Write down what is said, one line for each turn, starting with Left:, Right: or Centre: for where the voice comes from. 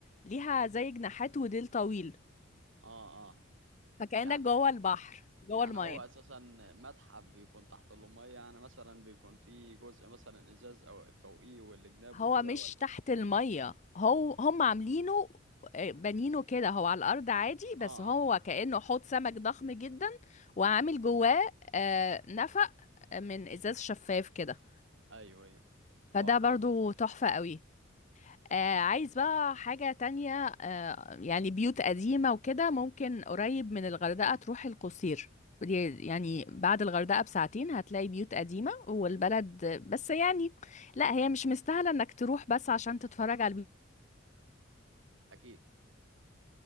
Left: ليها زي جناحات وديل طويل
Right: آه آه
Left: فكأنك
Right: يعني
Left: جوه البحر جوه
Right: يعني
Left: المية
Right: هو أساسا متحف بيكون تحت المية يعني مثلا بيكون فيه جزء مثلا إزاز أو فوقيه والجناب
Left: هو
Right: وكده
Left: مش
Right: ولا
Left: تحت المية هو هم عاملينه آه، بانينه كده هو على الأرض عادي بس
Right: آه آه
Left: هو
Right: آه.
Left: كأنه حوض سمك ضخم جدا وعامل جواه آه، نفق من إزاز شفاف كده
Right: أيوه أيوه توقعته
Left: فده برضو
Right: توقعته
Left: تحفة قوي آه، عايز بقى حاجة تانية آه، يعني بيوت قديمة وكده ممكن قريب من الغردقة تروح القصير دي- يعني بعد الغردقة بساعتين هتلاقي بيوت قديمة والبلد بس يعني لا هي مش مستاهلة انك تروح بس عشان تتفرج على البيوت
Right: أكيد